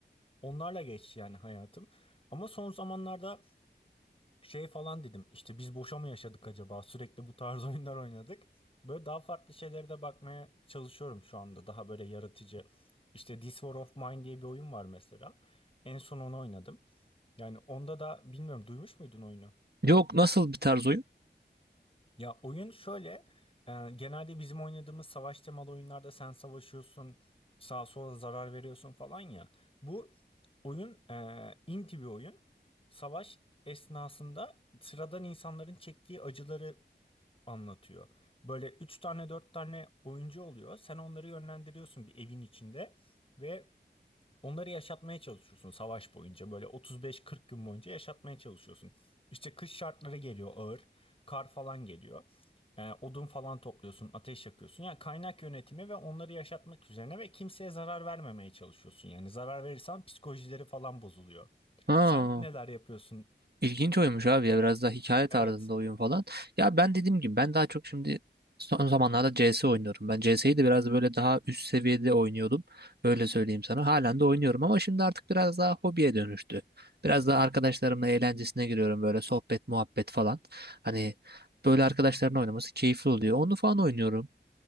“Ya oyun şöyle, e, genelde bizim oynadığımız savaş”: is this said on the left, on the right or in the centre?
Left